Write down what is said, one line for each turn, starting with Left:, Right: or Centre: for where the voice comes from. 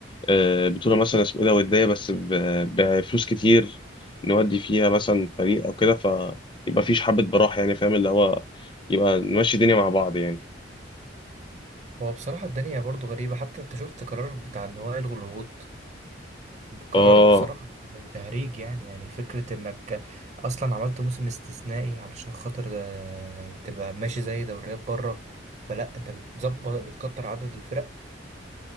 Left: آه، بطولة مثلا اسمه ايه ده ودية بس ب- بفلوس كتير نودي فيها مثلا فريق او كده فيبقى فيش حبة براح يعني فاهم اللي هو يبقى نمشي الدنيا مع بعض يعني
Right: هو بصراحة الدنيا برضو غريبة حتى انت شفت قرار بتاع ان هو يلغوا الهبوط قرار
Left: اه
Right: بصراحة تهريج يعني يعني فكرة انك اصلا عملت موسم استثنائي علشان خاطر آه، تبقى ماشي زي دوريات بره فلا انت بتظبط بتكتر عدد الفرق